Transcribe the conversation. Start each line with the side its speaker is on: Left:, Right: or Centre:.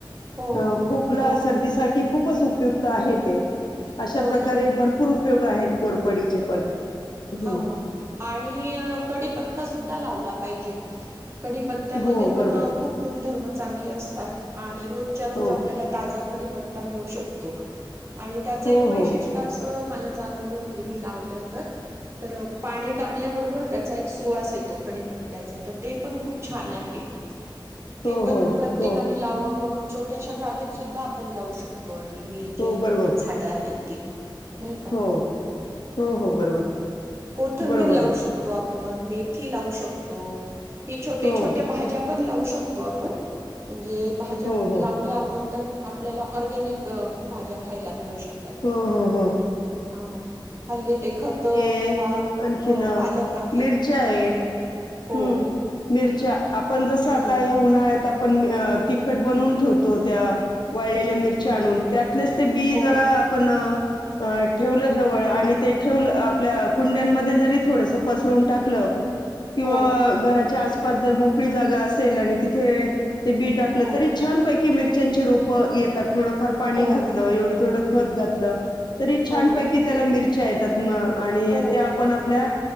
Right: हो
Left: अ खूकला
Right: हो
Left: सर्दीसाठीठी खूपच उपयुक्त आहे ते अशा
Right: हो
Left: प्रकारे
Right: ना
Left: भरपूर उपयोग आहेत कोरपडीचे पण हम्म
Right: हा आणि कडीी पत्ता सुद्धा लावो पाहिजे कडीीपत्त्यामध्ये
Left: हो
Right: पण
Left: बरोबर
Right: खूप गुणधर्म चांगले असतात आणि र
Left: हो
Right: आप ता त्ता मिळू शकतो आणि त्याचं
Left: हो
Right: एक वैशिष्ट्य
Left: हो
Right: अस मला जाणवलं म्हणजे मी लावलं तर तर पाणी टाकल्याबरोबर त्याचा एक सुवास येतो कडीीपत्त्याचा तर ते पण खूप छान आहे
Left: हो
Right: ते पण
Left: हो
Right: प्रत्येकाने
Left: हो
Right: लावावं छोट्याशा जागेत सुद्धा आपण लावू शकतो आणि ही जे
Left: हो बरोबर
Right: झाडं आहेत ते नय का
Left: हो हो हो बरोबर
Right: कोथंबीर
Left: बरोबर
Right: लावू
Left: आहे
Right: शकतो आप पण मेथी लावू शकतो. हे छोटे
Left: हो
Right: छोट्या भाज्या पण लावू शकतो आपण हे भाज्या
Left: हो हो
Right: लावल्या आपण तर आपल्याला ऑरगॅनिक भाज्या खायला मिळू शक नाही
Left: हो
Right: का
Left: हो हो
Right: हल्ली ते खत
Left: आणखीनं
Right: किंवा ह पालक आहे
Left: मिरचा ये
Right: बरोबर हो
Left: हूं मिरच्या आपण जस
Right: हम्म
Left: आता या उन्हाळ्यात त्यात आपण अ तिखट बनवून ठेवतो त्या वाळलेल्या मिरच्या आणून त्यातलेच ते बी
Right: हो
Left: जरा आपण अ ठेवलं जवळ आणि ते ठेवलं आपल्या कुंड्यांमध्ये जरी थोडस पसरून टाकलं किंवा
Right: हो
Left: घराच्या आस पास जर मोकळी जागा असेल आणि तिथे ते बी टाकलं
Right: हो
Left: तरी छानपैकी मिर च्याचे रोप येतात. थोडंफार पाणी
Right: हो
Left: घातलं एवढं तेवढं खत घातलं तरी छानपैकी
Right: हो
Left: त्याला मिर च्या येतात म आणि
Right: हो
Left: त्या आपण आपल्या